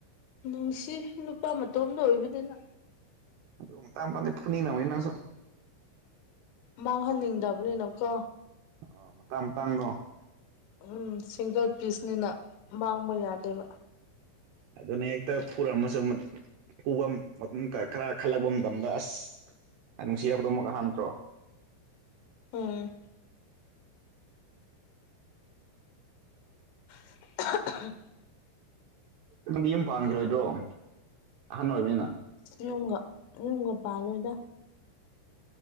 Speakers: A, on the left; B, on the right.
A: ꯅꯨꯡꯁꯤ ꯅꯨꯄꯥ ꯃꯇꯣꯝꯗ ꯑꯣꯏꯕꯅꯤꯅ꯫
B: ꯑꯗꯨ ꯃꯇꯥꯡ ꯃꯇꯥꯡꯗꯤ ꯐꯅꯤꯡꯉꯝꯅꯤ ꯅꯪꯁꯨ
A: ꯃꯥꯡꯍꯟꯅꯤꯡꯗꯕꯅꯤꯅꯀꯣ
B: ꯑ ꯃꯇꯥꯡ ꯃꯇꯥꯡ ꯒꯣ
A: ꯎꯝ ꯁꯤꯡꯒꯜ ꯄꯤꯁꯅꯤꯅ ꯃꯥꯡꯕ ꯌꯥꯗꯦꯕ꯫
B: ꯑꯗꯨꯅ ꯍꯦꯛꯇ ꯐꯨꯔꯝꯃꯁꯨ ꯃ ꯐꯨꯕ ꯃꯇꯨꯡ ꯈꯔ ꯈꯜꯂꯛꯄ ꯃꯇꯝꯗ ꯑꯁ ꯌꯥꯝ ꯅꯨꯡꯁꯤꯔꯕꯗꯧ ꯑꯃꯨꯝꯒ ꯍꯥ ꯅꯠꯇ꯭ꯔꯣ꯫
A: ꯎꯝ <unintelligible>
B: ꯅꯪꯗꯤ ꯌꯨꯝ ꯄꯥꯟꯈꯤꯔꯣꯏꯗ꯭ꯔꯣ ꯑꯍꯟ ꯑꯣꯏꯕꯅꯤꯅ꯫
A: ꯌꯨꯝꯒ ꯌꯨꯝꯒ ꯄꯥꯜꯂꯣꯏꯗ꯫